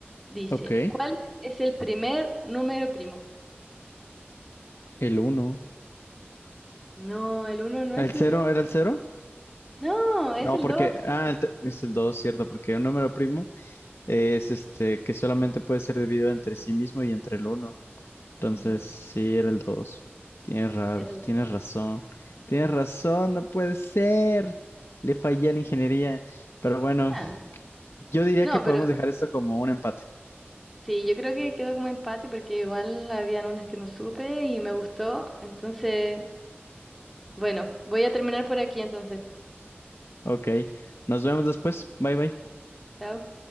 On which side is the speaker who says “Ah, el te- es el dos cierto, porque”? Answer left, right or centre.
Left